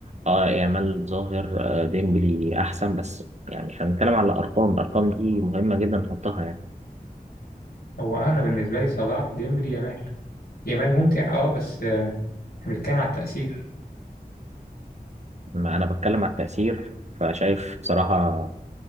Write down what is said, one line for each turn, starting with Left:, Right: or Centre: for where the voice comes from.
Right: اه يامال ظاهر آه، ديمبلي أحسن بس يعني احنا بنتكلم على الأرقام الأرقام دي مهمة جدا نحطها يعني
Left: هو انا بالنسبة لي صلاح ديمبلي يامال يامال ممتع اه بس آه، احنا بنتكلم على التأثير
Right: ما أنا بتكلم على التأثير فشايف بصراحة